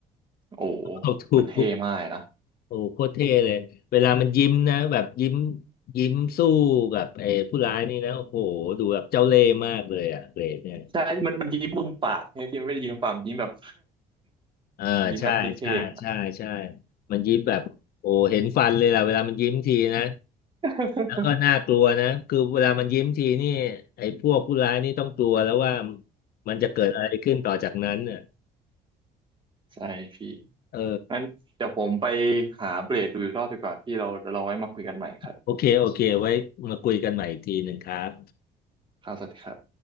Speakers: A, on the right; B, on the left.
A: โอ้
B: เอาทุก
A: มันเท่มากนะ
B: โอ้โหคตรเท่เลย เวลามันยิ้มนะแบบยิ้มยิ้มสู้กับไอ้ผู้ร้ายนี่นะโอ้โหดูแบบเจ้าเล่ห์มากเลยอะเรดเนี่ย
A: ใช่มันมันยิ้มมุมปากใช่ไหมพี่มันไม่ได้ยิ้มมุมปากมันยิ้มแบบ
B: เออใช่ใช่ใช่ใช่
A: ยิ้มแบบเท่ๆมัน
B: มันยิ้มแบบโอ้เห็นฟันเลยล่ะเวลามันยิ้มทีนะ
A: <laughs>
B: แล้วก็น่ากลัวนะคือเวลามันยิ้มทีนี่ไอ้พวกผู้ร้ายนี่ต้องกลัวแล้วว่ามันจะเกิดอะไรขึ้นต่อจากนั้นเน่ะ
A: ใช่พี่
B: เออ
A: งั้นเดี๋ยวผมไปหาเบรดดูอีกรอบดีกว่าพี่เราเราไว้มาคุยกันใหม่ครับ
B: โอเคโอเคไว้มาคุยกันใหม่อีกทีหนึ่งครับ
A: ครับสวัสดีครับ